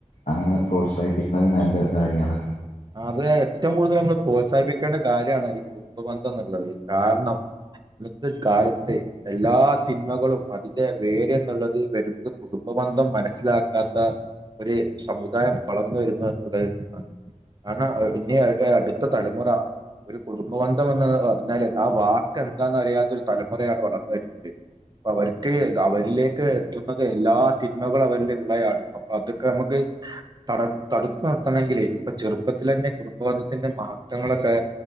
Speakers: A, on the left; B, on the right.
A: അങ്ങനെ പ്രോത്സാഹിപ്പിക്കണുന്നത് നല്ല കാര്യമാണ്
B: അത് ഏറ്റവും കൂടുതൽന്ന് പ്രോത്സാഹിപ്പിക്കേണ്ട കാര്യമാണ് ഈ കുടുംബ ബന്ധം എന്നുള്ളത് കാരണം ഇന്നത്തെ കാലത്ത് എല്ലാ തിന്മകളും അതിന്റെ വേര് എന്നുള്ളത് വരുന്ന കുടുംബം നിബന്ധം മനസ്സിലാക്കാത്ത ഒരു സമുദായം വളർന്നു വരുന്ന എന്നുള്ള നിന്നാണ് കാരണം ആ ഇനി അടുത്ത തലമുറ ഒരു കുടുംബബന്ധം എന്ന് പറഞ്ഞാല് ആ വാക്ക് എന്താന്ന അറിയാത്തൊ ഒരു തലമുറയാണ് വളർന്നു വരുന്നത് അ അവർക്ക് അവരിലേക്ക് എത്തുന്നത് എല്ലാ തിന്മകളും അവന്റെ ഉമ്മയാണ് അപ്പൊ അതൊക്കെ നമുക്ക് തട തടുപ്പ നിർത്തണമെങ്കിലെ ഇപ്പൊ ചെറുപ്പത്തിലെന്നെ കുടുംബബന്ധത്തിന്റെ മഹത്വങ്ങളൊക്കെ